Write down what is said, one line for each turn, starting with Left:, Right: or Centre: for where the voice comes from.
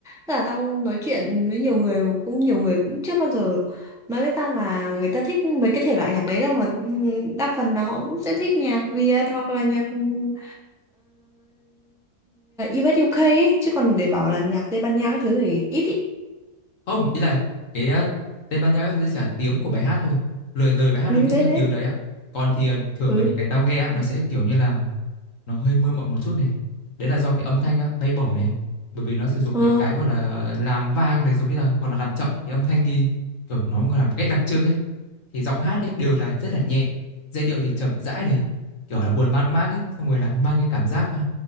Centre: Tức là tao nói chuyện với nhiều người Cũng nhiều người cũng chưa bao giờ Nói với tao là người ta thích mấy cái thể loại nhạc đấy đâu Mà ừ, đa phần là họ cũng sẽ thích nhạc Việt Hoặc là nhạc uh, US UK ấy. Chứ còn để bảo là nhạc Tây Ban Nha các thứ thì ít ý
Left: không ý là cái ờ, Tây Ban Nha các thứ chỉ là tiếng của bài hát thôi lời lời bài hát
Centre: Ừ
Left: được viết
Centre: đấy
Left: theo
Centre: đấy
Left: tiếng đấy á còn thì ờ, thường
Centre: Ừ
Left: mà những cái tao nghe á nó sẽ kiểu như là nó hơi mơ mộng một chút này đấy là do cái âm thanh á, bay bổng này bởi vì nó sử dụng
Centre: Ờ,
Left: những cái gọi là làm vang này giống như là hoặc là làm chậm cái âm thanh đi kiểu nó gọi là một cách đặc trưng ấy thì giọng hát ấy đều là rất là nhẹ giai điệu thì chậm rãi này kiểu là buồn man mác ấy xong rồi là mang cái cảm giác à,